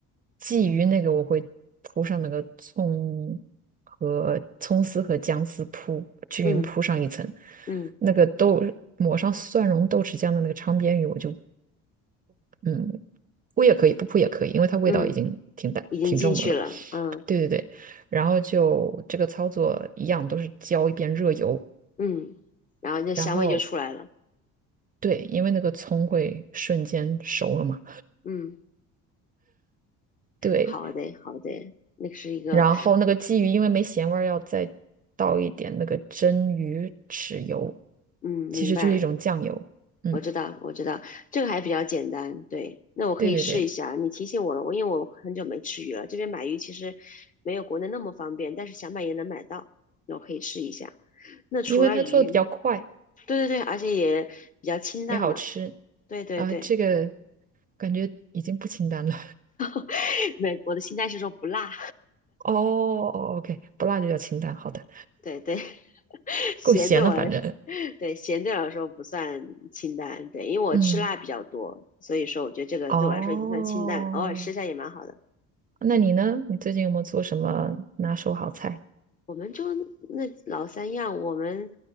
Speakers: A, on the right; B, on the left.
A: 鲫鱼那个我会铺上那个葱和葱丝和姜丝铺均匀铺上一层，
B: 嗯嗯
A: 那个豆抹上蒜蓉豆豉酱的那个昌边鱼我就嗯铺也可以，不铺也可以，因为它味道已经挺淡挺重的了。
B: 嗯，已经进去了。嗯
A: 对对对，然后就这个操作一样，都是浇一遍热油，
B: 嗯，然后那香味就出来了。
A: 然后对，因为那个葱会瞬间熟了嘛，
B: 嗯，
A: 对，
B: 好的好的，那个是一个，
A: 然后那个鲫鱼因为没咸味儿，要再倒一点那个蒸鱼豉油，
B: 嗯，明白。
A: 其实就是一种酱油，嗯，
B: 我知道，我知道，这个还比较简单。对，那我可以试一下。
A: 对对对，
B: 你提醒我了，我因为我很久没吃鱼了，这边买鱼其实没有国内那么方便，但是想买也能买到，那我可以试一下。那除了鱼，
A: 因为它做的比较快，
B: 对对对，而且也比较清淡嘛。
A: 也好吃
B: 对对对，
A: 啊，这个感觉已经不清淡了，
B: <laughs> 美我的清淡是说不辣，
A: <laughs> 哦哦，OK，不辣就叫清淡，好的，
B: 对对，<laughs> 咸对我来说，
A: 够咸了，反正，
B: 对咸对我来说不算清淡，对，因为我吃辣比较多，
A: 嗯，
B: 所以说我觉得这个对我来说已经算清淡了，
A: 哦。
B: 偶尔吃一下也蛮好的。
A: 那你呢？你最近有没有做什么拿手好菜？
B: 我们就那老三样，我们